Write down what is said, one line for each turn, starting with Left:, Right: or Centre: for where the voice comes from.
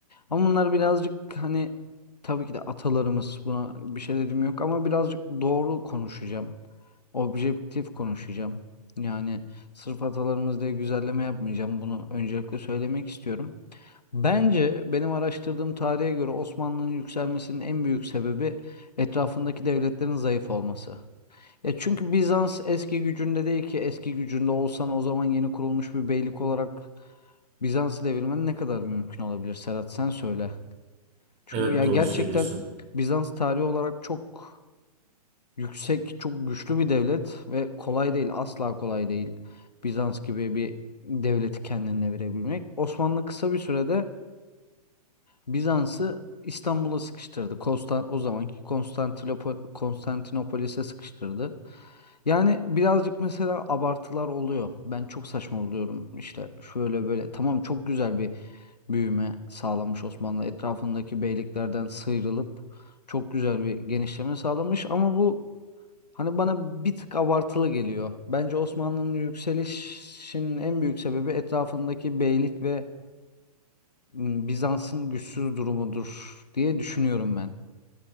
Left: Ama bunlar birazcık hani tabii ki de atalarımız buna bir şey dediğim yok ama birazcık doğru konuşacağım. Objektif konuşacağım. Yani sırf atalarımız diye güzelleme yapmayacağım. Bunu öncelikle söylemek istiyorum. Bence benim araştırdığım tarihe göre Osmanlı'nın yükselmesinin en büyük sebebi etrafındaki devletlerin zayıf olması. Ya çünkü Bizans eski gücünde değil ki eski gücünde olsan o zaman yeni kurulmuş bir beylik olarak Bizans'ı devirmen ne kadar mümkün olabilir Serhat sen söyle. Çünkü
Right: Evet
Left: ya
Right: doğru
Left: gerçekten
Right: söylüyorsun.
Left: Bizans tarihi olarak çok yüksek, çok güçlü bir devlet ve kolay değil, asla kolay değil Bizans gibi bir devleti kendine verebilmek. Osmanlı kısa bir sürede Bizans'ı İstanbul'a sıkıştırdı. Konstan o zamanki Konstantinopo- Konstantinopolis'e sıkıştırdı. Yani birazcık mesela abartılar oluyor. Ben çok saçma oluyorum. İşte şöyle böyle. Tamam çok güzel bir büyüme sağlamış Osmanlı. Etrafındaki beyliklerden sıyrılıp çok güzel bir genişleme sağlamış ama bu hani bana bir tık abartılı geliyor. Bence Osmanlı'nın yükselişinin en büyük sebebi etrafındaki beylik ve m, Bizans'ın güçsüz durumudur diye düşünüyorum ben.